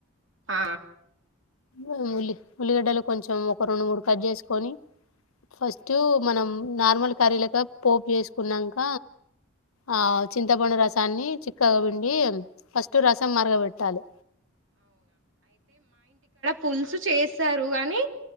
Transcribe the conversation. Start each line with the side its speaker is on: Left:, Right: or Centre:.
Right: ఆ
Left: ఉ ఉల్లి ఉల్లిగడ్డలు కొంచం ఒక రెండు, మూడు కట్ జేస్కోని ఫస్ టు మనం నార్మల్ కర్రీలెక్క పోప్ చేస్కున్నంక ఆ చింతపండరస్ సాన్ని చిక్కగా పిండి ఫస్ట్ రసం మర్గబెట్టాలి
Right: పుల్సు చేస్తారు గని